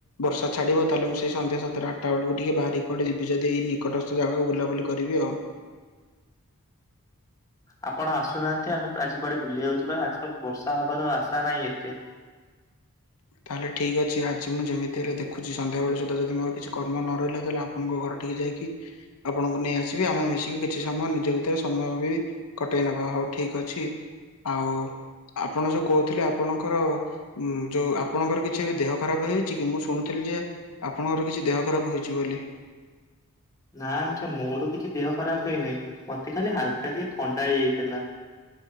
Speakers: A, on the left (about 80°); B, on the left (about 15°).
A: ବର୍ଷା ଛାଡ଼ିବ ତାହେଲେ ମୁଁ ସେ ସନ୍ଧ୍ୟା ସାତଟା ଆଠଟା ବେଳକୁ ଟିକେ ବାହାରିକି କୁଆଡେ ଯିବି ଯଦି ଏଇ ନିକଟସ୍ଥ ଜାଗାକୁ ବୁଲାବୁଲି କରିବି ଆଉ।
B: ଆପଣ ଆସୁନାହାନ୍ତି ଆମେ ଆଜି କୁଆଡେ ବୁଲିିବାକୁ ଯିବା ଆଜି ତ ବର୍ଷା ହବାର ଆଶା ନାହିଁ ଏତେ।
A: ତାହେଲେ ଠିକ୍ ଅଛି ଆଜି ମୁଁ ଯେମିତି ହେଲେ ଦେଖୁଛି ସଂଧ୍ୟା ବେଳେ ସୁଧା ଯଦି ମୋର କିଛି କର୍ମ ନ ରହିଲା ତାହେଲେ। ଆପଣଙ୍କ ଘର ଟିକେ ଯାଇକି ଆପଣଙ୍କୁ ନେଇ ଆସିବି ଆମେ ମିଶିକି କିଛି ସମୟ ନିଜ ଭିତରେ ସମୟ ବି। କଟେଇ ନବା ହୋଉ ଠିକ୍ ଅଛି। ଆଉ ଆପଣ ଯୋଉ କୋହୁଥିଲେ ଆପଣଙ୍କର ଉଁ ଯୋଉ ଆ। ଆପଣଙ୍କର କିଛି ଦେହ ଖରାପ ହେଇଛି କି ମୁଁ ଶୁଣୁଥିଲି ଯେ ଆପଣଙ୍କର କିଛି ଦେହ ଖରାପ ହୋଇଚି ବୋଲି।
B: ନା ଆଜ୍ଞା ମୋର କିଛି ଦେହ ଖରାପ ହେଇନାହିଁ ମତେ ଖାଲି ହାଲ୍କା ଟିକେ ଥଣ୍ଡା ହେଇଯାଇଥିଲା।